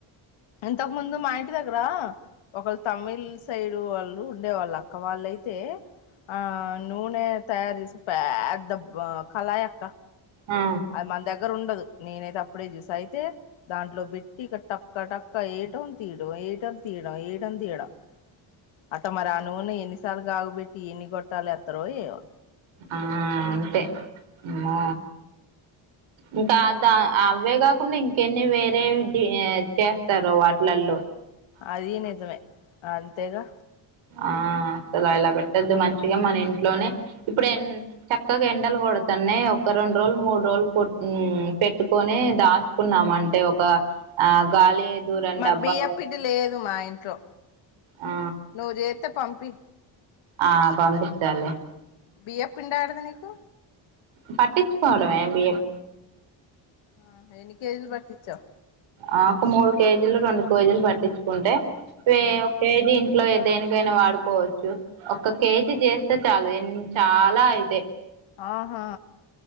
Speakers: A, on the left (about 80°); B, on the right (about 80°).
A: ఇంతక ముందు మా ఇంటి దగ్గరా ఒకళ్ళు తమిళ్ సైడ్ వాళ్ళు ఉండేవాళ్ళు అక్క వాళ్ళైతే ఆ నూనె తయార్ జేసే పెద్ద కలాయక్క
B: ఆ
A: అది మన దగ్గర ఉండదు నేనైతే అప్పుడే జూసా అయితే దాంట్లో బెట్టి ఇక టక్క టక్క ఏయటం తీయడం ఏయటం తీయడం ఏయటం తీయడం అట్ట మరి అనూనే ఎన్నిసార్లు గాగబెట్టి ఎన్ని గొట్టాలే త్తరో ఏమొ
B: ఆ అంతే అమ్మొ ఇంకా ద అవే గాకుండా ఇంకెన్ని వేరే ది చేస్తారు వాట్లల్లో
A: అదీ నిజమే అంతేగా
B: ఆ ఇలా పెట్టొద్దు మంచిగా మన ఇంట్లోనే ఇప్పుడు ఎన్ చక్కగా ఎండలు కొడతన్నాయ్ ఒక రెండ్రోజులు మూడు రోజులు కొట్ పెట్టుకొని దాచుకున్నాం అంటే ఒక ఆ గాలి దూరం
A: మరి
B: డబ్బాలో
A: బియ్య పిండిలేదు మా ఇంట్లో
B: ఆ
A: నువ్వు జేత్తే పంపి
B: ఆ పంపిత్తాలే
A: బియ్యపిండి యాడిది నీకు
B: పట్టిచ్చు కోవడమే బియ్యం
A: ఆ ఎన్ని కేజీలు బట్టిచ్చావ్
B: ఆ ఒక మూడు కేజీలు రెండు కేజీలు బట్టిచ్చుకుంటే
A: ఉమ్
B: ఒక కేజీ ఇట్లో ఏ దేనికైనా వాడుకోవచ్చు ఒక్క కేజీ జేస్తే చాలు ఎన్ చాలా అయ్ తే
A: ఆహా